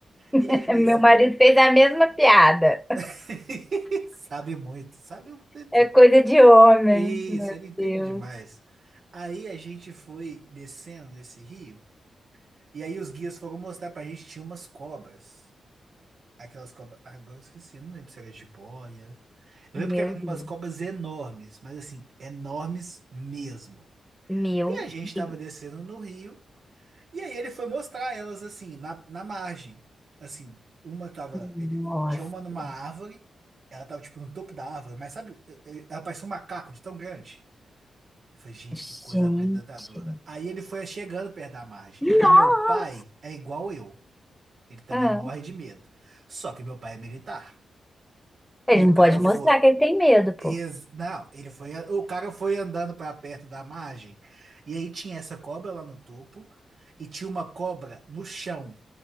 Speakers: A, in the centre; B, on the right (about 60°).
A: <laughs>
B: E aí nesse
A: Meu marido fez a mesma piada.
B: <laughs> sabe muito, sabe muito.
A: É coisa de homem.
B: Isso,
A: Meu
B: ele entende
A: Deus.
B: demais. Aí a gente foi descendo nesse rio, e aí os guias foram mostrar pra gente tinha umas cobras. Aquelas cobras, agora eu esqueci, eu não lembro se era jiboia. Eu
A: Meu
B: lembro que eram
A: Deus.
B: umas cobras enormes, mas assim, enormes mesmo.
A: Meu
B: E a gente
A: Deus.
B: tava descendo no rio, e aí ele foi mostrar elas assim, na, na margem. Assim, uma tava.
A: Nossa.
B: Ele, tinha uma numa árvore, ela tava tipo no topo da árvore, mas sabe, eh, eh, ela parecia um macaco de tão grande. Eu falei, gente,
A: Gente.
B: que coisa amedrontadora. Aí ele foi chegando perto da margem. E
A: Nossa!
B: meu pai é igual eu. Ele também
A: Ah,
B: morre de medo. Só que meu pai é militar.
A: Ele
B: E o
A: não
B: cara
A: pode
B: foi.
A: mostrar que ele tem medo, pô.
B: Ex- Não, ele foi, a- o cara foi andando pra perto da margem e aí tinha essa cobra lá no topo e tinha uma cobra no chão,